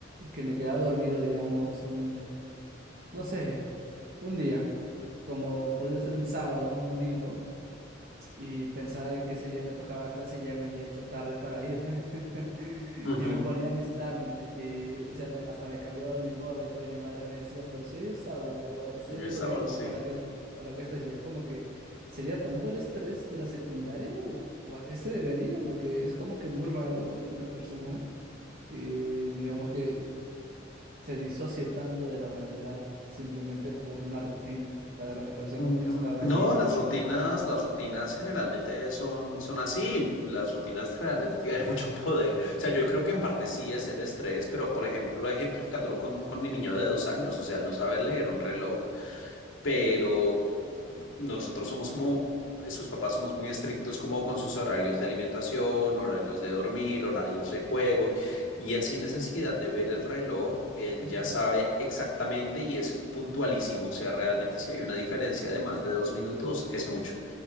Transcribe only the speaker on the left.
Ujú.
Mis
sábados, sí.
Mm,
No, las rutinas, las rutinas generalmente son, son así. Las rutinas realmente tienen <laughs> mucho poder. O sea, yo creo que en parte sí es el estrés, pero por ejemplo, ejemplificándolo con, con mi niño de dos años, o sea, él no saber leer un reloj, pero nosotros somos como, sus papás somos muy estrictos como con sus horarios de alimentación, horarios de dormir, horarios de juego, y él sin necesidad de ver el reloj, él
ya sabe exactamente y es puntualísimo, o sea, realmente si hay una diferencia de más de dos minutos, es mucho